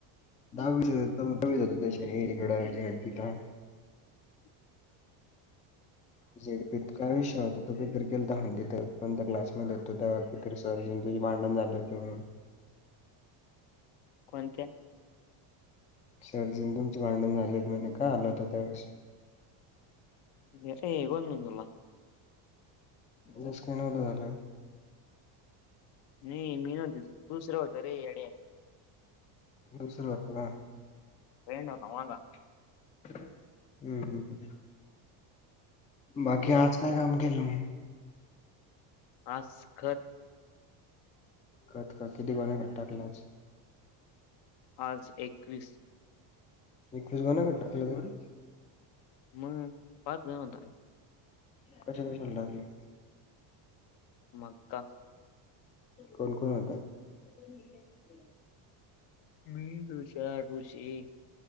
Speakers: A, on the left (about 15°); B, on the left (about 55°).
A: दहावीस <unintelligible> हे इकडं <unintelligible>
B: <inaudible>
A: झेडपीत काय विषय होता? तू काहीतरी केलं त म्हण तिथ पण क्लासमध्ये होतो तेव्हा का तरी सराची आणि तुझी भांडण झाली होती म्हण
B: कोणत्या?
A: सरची आणि तुमची भांडणं झालेली म्हणे का आला होतं त्या वेळेस
B: येतोय उगाच म्हणलं तुम्हाला.
A: दस कोणाला आलाय.
B: नाही मी नव्हतो दुसरं होत रे यड्या.
A: दुसर होत हा,
B: फ्रेंड होता माझा
A: <inaudible> हम्म हम्म हम्म, बाकी आज काय काम केलं.
B: आज खत.
A: खत का किती <unintelligible> गोण्या टाकल्या आज
B: आज एक वीस.
A: एकवीस गोण्या का टाकल्या का रे.
B: मग पाच जण होता.
A: कश्या कश्याला टाकल्या.
B: मका.
A: कोण कोण होत. <inaudible>
B: मी, ऋष्या, ऋषी